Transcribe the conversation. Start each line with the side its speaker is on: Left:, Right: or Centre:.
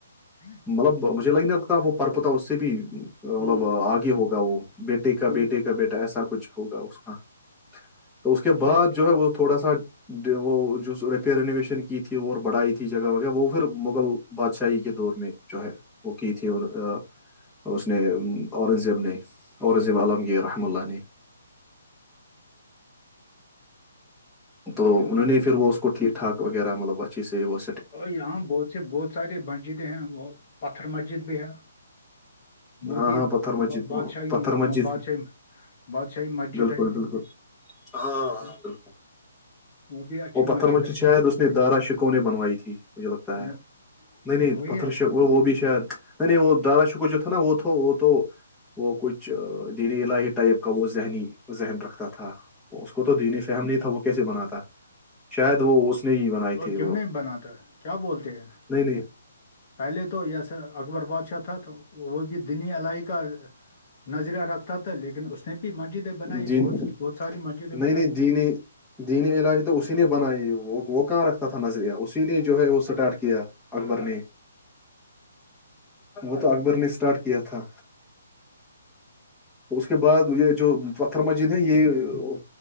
Left: <unintelligible>
Centre: مطلب مجھے لگ نہیں لگتا وہ پرپتا اس سے بھی مطلب
Left: ہوں
Centre: آگے ہوگا وہ بیٹے کا
Left: ٹھیک
Centre: بیٹے کا بیٹا ایسا کچھ ہوگا اس کا تو اس کے
Left: چلو
Centre: بعد جو
Left: ٹھیک
Centre: ہے وہ تھوڑا سا وہ جو ریپیئر رینویشن کی تھی اور بڑھائی تھی جگہ وغیرہ وہ پھر مغل بادشاہی کے دور میں جو ہے وہ کی تھی اس نے اورنگزیب نے اور رضیب عالمگیر رحم اللہنی تو انہوں نے پھر وہ اس کو ٹھیک ٹھاک وغیرہ مطلب اچھی سے ہو
Left: اور یہاں بہت س بہت ساری مسجدیں ہیں بت پتھر مسجد بھی ہے وہ
Centre: ہاں
Left: بھی
Centre: ہاں پتھر مسجد
Left: با- بادشاہی
Centre: پتھر مسجد
Left: بادشاہی
Centre: بھی
Left: بادشاہی مسجد
Centre: بالکل
Left: ہے
Centre: بالکل ہاں ہاں
Left: وہ
Centre: بالکل
Left: بھی اچھی
Centre: وہ
Left: مسجد
Centre: پتھر مچ
Left: ہے
Centre: شا ہےید اس نے دارا شکو نے بنوائی تھی مجھے لگتا ہے
Left: وہ-
Centre: نہیں نہیں
Left: وہی
Centre: پتر
Left: ہے
Centre: ش وہ وہ بھی شاید نہیں نہیں وہ دارا شکر جو تھا نا وہ تو وہ تو وہ کچھ دینی الہی ٹائپ کا وہ ذہنی ذہن رکھتا تھا اس کو تو دینی فم نہیں تھا وہ کیسے بنااتا شاید وہ اس نے ہی بنائی
Left: وہ
Centre: تھی
Left: کیوں نہیں بناتا کیا بولتے ہیں
Centre: نہیں نہیں
Left: پہلے تو یسا اکبر بادشاہ تھا تو وہ بھی دنی الائی کا نظر رکھتا تھا لیکن اس نے بھی مسجدیں بنائی
Centre: دین
Left: بہت بہت ساری مسجدیں
Centre: نہیں
Left: بنائی
Centre: نہیں دینی علاج تو اسی نے بنائی وہ وہ کہاں رکھتا تھا نظریہ اسی نے جو ہے وہ اسٹارٹ کیا اکبر نے وہ تو اکبر نے اسٹارٹ کیا تھا تو اس کے بعد یہ جو پتھر مسجد ہے یہ